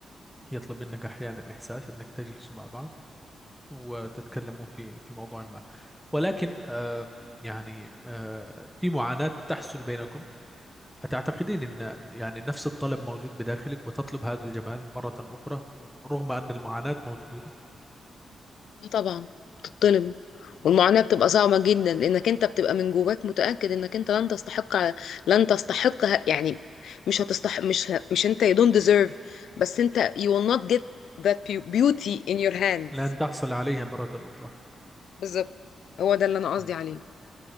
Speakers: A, in the centre; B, on the left.
A: يطلب منك أحيانا إحساس أنك تجلس مع بعض وتتكلموا في في موضوع ما ولكن آه، يعني آه، في معاناة تحصل بينكم أتعتقدين أن يعني نفس الطلب موجود بداخلك وتطلب هذا الجمال مرة أخرى رغم أن المعاناة موجودة
B: اه طبعا بتتظلم والمعاناة بتبقى صعبة جدا لأنك أنت بتبقى من جواك متأكد إنك أنت لن تستحق لن تستحق ه- يعني مش هتستحق مش ه- مش أنت you don't deserve بس أنت you will not get that beau- beauty in your hands
A: لن تحصل عليها مرة أخرى
B: بالظبط هو ده اللي أنا قصدي
A: مم.
B: عليه